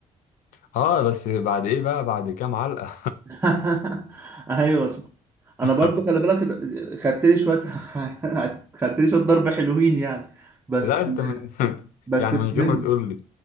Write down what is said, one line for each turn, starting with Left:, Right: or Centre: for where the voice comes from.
Left: <laughs> اه بس بعد ايه بقى بعد كام علقه
Right: <laughs> ايوه انا
Left: <laughs>
Right: برضو خلي بالك خدت لي شويه <laughs> خدت لي شويه ضرب حلوين يعني بس
Left: لا انت من <laughs>
Right: بس
Left: يعني
Right: فهمت
Left: من غير ما تقول لي